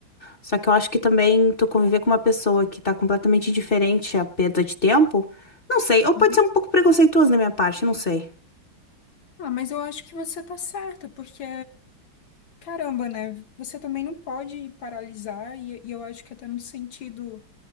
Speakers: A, on the left; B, on the left.
A: só que eu acho que também tu conviver com uma pessoa que tá completamente diferente, é a perda de tempo, não sei, ou
B: Uhum.
A: pode ser um pouco preconceituoso da minha parte, não sei.
B: Ah, mas eu acho que você tá certa, porque Caramba, né? Você também não pode paralisar, e, e eu acho que até no sentido